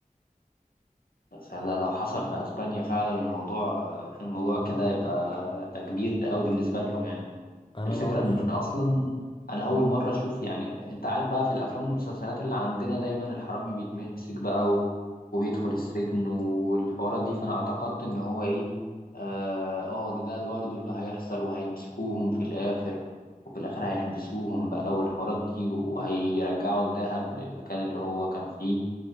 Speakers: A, on the left; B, on the left.
A: بس ده لو حصل في اسبانيا فعلا الموضوع الموضوع كده يبقى ده كبير قوي بالنسبه لهم يعني
B: انا
A: الفكره
B: ما اعرفش
A: ان اصلا انا اول مره اشوف يعني انت عارف بقى في الافلام والمسلسلات اللي عندنا دايما الحرامي بيتمسك بقى و... وبيدخل السجن والحوارات دي فانا اعتقدت ان هو ايه اه آه، ده ده اللي برضه اللي هيحصل وهيمسكوهم في الاخر وفي الاخر هيحبسوهم بقى والحوارات دي وهيرجعوا الذهب للمكان اللي هو كان فيه